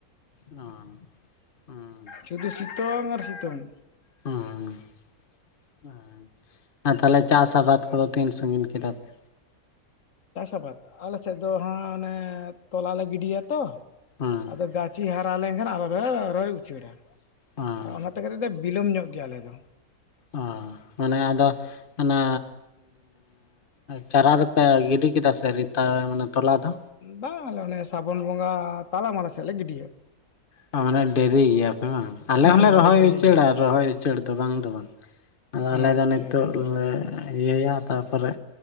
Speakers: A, on the left (about 40°); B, on the left (about 60°).
A: ᱚ ᱦᱩᱸ
B: ᱥᱩᱫᱩ ᱥᱤᱛᱩᱝ ᱟᱨ ᱥᱤᱛᱩᱝ
A: ᱦᱩᱸ ᱟᱨ ᱛᱟᱦᱞᱮ ᱪᱟᱥ ᱟᱵᱟᱫ ᱠᱚᱫᱚ ᱛᱤᱱ ᱥᱟᱺᱜᱤᱧ ᱠᱮᱫᱟᱯᱮ
B: ᱪᱟᱥ ᱟᱵᱟᱫ ᱟᱞᱮᱥᱮᱫ ᱫᱚ ᱦᱟᱸᱜ ᱚᱱᱮ ᱛᱚᱞᱟ ᱞᱮ ᱜᱤᱰᱤᱭᱟ ᱛᱚ
A: ᱦᱩᱸ
B: ᱟᱫᱚ ᱜᱟᱹᱪᱷᱤ ᱦᱟᱨᱟ ᱞᱮᱱᱠᱷᱟᱱ ᱟᱨᱦᱚ ᱞᱮ ᱨᱚᱦᱚᱭ ᱩᱪᱟᱹᱲᱟ
A: ᱦᱩᱸ
B: ᱚᱱᱟᱛᱮ ᱠᱟᱹᱴᱤᱡ ᱞᱮ ᱵᱤᱞᱚᱢ ᱧᱚᱜ ᱜᱮᱭᱟ ᱟᱞᱮ ᱫᱚ
A: ᱚ ᱢᱟᱱᱮ ᱟᱫᱚ ᱚᱱᱟ ᱪᱟᱨᱟ ᱫᱚᱯᱮ ᱜᱤᱰᱤ <unintelligible> ᱨᱤᱛᱟ ᱢᱟᱱᱮ ᱛᱚᱞᱟ ᱫᱚ?
B: ᱵᱟᱝ ᱟᱞᱮ ᱚᱱᱮ ᱥᱟᱵᱚᱱ ᱵᱚᱸᱜᱟ ᱛᱟᱞᱟ ᱢᱟᱞᱟ ᱥᱮᱫ ᱞᱮ ᱜᱤᱰᱤᱭᱟ᱾
A: ᱢᱟᱱᱮ ᱰᱮᱨᱤ ᱜᱮᱭᱟᱯᱮ ᱵᱟᱝ ᱟᱞᱮ
B: ᱦᱮᱸ
A: ᱦᱚᱸᱞᱮ ᱨᱚᱦᱚᱭ
B: ᱫᱚ ᱫᱮᱨᱤ
A: ᱩᱪᱟᱹᱲᱟ
B: ᱜᱮ
A: ᱨᱚᱦᱚᱭ ᱩᱪᱟᱹᱲ ᱫᱚ ᱵᱟᱝ ᱫᱚ ᱵᱟᱝ ᱟᱫᱚ ᱟᱞᱮ
B: ᱟᱪᱪᱷᱟ
A: ᱫᱚ ᱱᱤᱛᱚᱜ
B: ᱟᱪᱪᱷᱟ
A: ᱞᱮ ᱤᱭᱟᱹᱭᱟ ᱛᱟᱨᱯᱚᱨᱮ